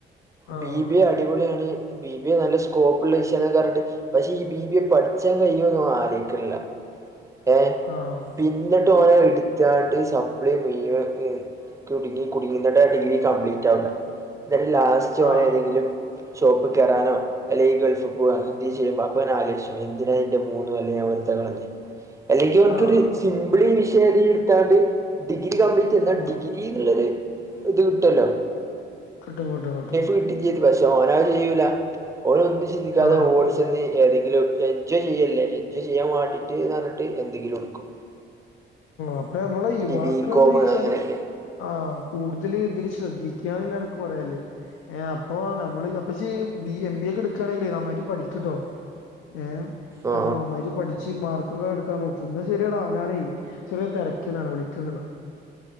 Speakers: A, on the left; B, on the right.
A: ആഹ്
B: ബി ബി എ അടിപൊളിയാണ് ബി ബി എ നല്ല സ്കോപ്പ്ള്ള വിശയാണ് ന്ന് ഒക്കെ പറഞ്ഞിട്ട് പക്ഷെ ഈ ബി ബി എ പഠി ച്ചാൻ കയ്യോന്ന് ആലോയ്ക്കണില്ല ഏഹ്?
A: ആഹ്.
B: പിന്നിട്ട് ഓന എടുത്താണ്ട് സപ്ലി മുയിവ ഏഹ് കുടുങ്ങി കുടുങ്ങീട്ടാടെ ഡിഗ്രി കംപ്ലീറ്റ് ആവില്ല എന്നിട്ട് ലാസ്റ്റ് ഓൻ
A: ആഹ്
B: ഏതെങ്കിലും ഷോപ്പ് കേറാനോ അല്ലെ ഈ ഗൾഫ് പോവാണ് എന്തെ ചെയ്യുമ്പ അപ്പവൻ ആലോയിച്ചും എന്തിന ഇന്റെ മൂന്ന് കൊല്ലം ഞാൻ വേർതെ കളഞ്ഞെ. അല്ലെങ്കി അവൻക്കൊരു
A: ആഹ് ആഹ്
B: സിംപിൾ വിഷയം ഏതെയും എടുത്താണ്ട് ഡിഗ്രി കംപ്ലീറ്റ് ചെയ്യുന്ന എന്ന
A: ഉം
B: ഡിഗ്രി നല്ലോരു ഇത് കിട്ടു അല്ലോ.
A: കിട്ടും കിട്ടും കിട്ടും.
B: കിട്ടി ചെയ്ത് പക്ഷെ ഓനത് ചെയ്യൂല ഓന് ഒന്നും ചിന്തിക്കാതെ
A: ആഹ്
B: ഓടി ചെന്തി ഏതെങ്കിലും എൻജോയ് ചെയ്യല്ലേ എൻജോയ് ചെയ്യാൻ വാണ്ടീട്ട് എന്ന് പറഞ്ഞിട്ട് എന്തെങ്കിലും എടുക്കും.
A: അപ്പൊ ഞമ്മളെ യുവാക്കള്
B: ഈ ബികോം
A: എന്തോയിച്ചാല്
B: അങ്ങനെയൊക്കെ
A: ആഹ് കൂടുതല് ഇതില് ശ്രദ്ധിക്കാനില്ല എനിക്ക് പറയാനില്ലേ. ഏഹ് അപ്പൊ നമ്മള് അപ്പ ചെയ്യും ബി എം ബി ഒക്കെ എടുക്കയാണെല് നന്നായിട്ട് പഠിക്ക്ട്ടോ. ഏഹ്
B: ആ
A: അപ്പൊ നന്നായിട്ട് പഠിച്ച് മാർക്കൊക്കെ എടുക്കാൻ നോക്ക് എന്നാ ശരിയെടാ ഞാനേ ചെറിയ ഒരു തിരക്കിലാണ് വിളിക്ക ഒന്നൂട.